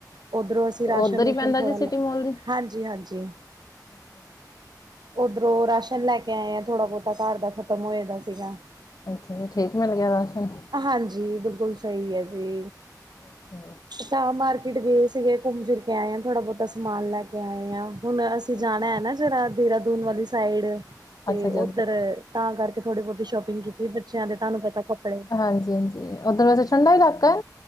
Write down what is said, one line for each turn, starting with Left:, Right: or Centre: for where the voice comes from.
Right: ਓਧਰੋ ਤੇ ਰਾਸਨ-ਰੂਸਨ
Left: ਉੱਧਰ ਹੀ ਪੈਂਦਾ
Right: ਥੋੜਾ,
Left: ਜੀ ਸਿਟੀ ਮੋਲ ਜੀ?
Right: ਹਾਂਜੀ-ਹਾਂਜੀ।
Left: <unintelligible>
Right: ਓਧਰੋ ਰਾਸ਼ਨ ਲੈ ਕੇ ਆਏ ਆ ਥੋੜਾ ਬੋਤਾ, ਘੱਰ ਦਾ ਖਤਮ ਹੋਯਾ ਦਾ ਸੀਗਾ।
Left: ਅੱਛਾ ਜੀ, ਠੀਕ ਮੇਲ ਗਯਾ ਰਾਸ਼ਨ?
Right: ਹਾਂਜੀ, ਬਿਲਕੁਲ ਸਈ ਐ ਜੀ।
Left: ਅੱਛਾ।
Right: ਤਾਂ ਮਾਰਕੀਟ ਗਏ ਸੀਗੇ, ਘੁੰਮ ਫਿਰ ਕੇ ਆਏ ਆ, ਥੋੜ੍ਹਾ ਬਹੁਤਾ ਸਮਾਨ ਲੈ ਕੇ ਆਏ ਆ। ਹੁਣ ਅਸੀਂ
Left: ਅੱਛਾ
Right: ਜਾਣਾ
Left: ਜੀ,
Right: ਏ ਨਾ ਜਰਾ, ਦੇਹਰਾਦੂਨ ਵਾਲੀ ਸਾਈਡ। ਤੇ
Left: ਅੱਛਾ ਜੀ
Right: ਉੱਧਰ, ਤਾਂ ਕਰਕੇ ਥੋੜੀ ਬਹੁਤੀ ਸ਼ੋਪਿੰਗ ਕੀਤੀ, ਬੱਚਿਆਂ ਦੇ ਤੁਹਾਨੂੰ ਪਤਾ ਕੱਪੜੇ
Left: ਹਾਂਜੀ-ਹਾਂਜੀ, ਓਧਰ ਵੈਸੇ ਠੰਡਾ ਇਲਾਕਾ।